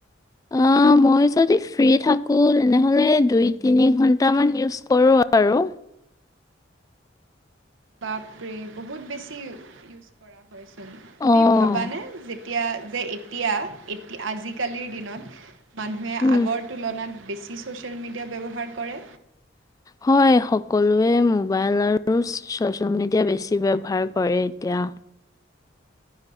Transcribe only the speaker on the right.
<inaudible>
বাপৰে বহুত বেছি ইউজ কৰা হয়চোন, তুমি
ভাবানে যেতিয়া যে এতিয়া এতিযল আজিকালিৰ দিনত মানুহে
আগৰ তুলনাত বেছি ছ'চিয়েল মিডিয়া ব্যৱহাৰ কৰে।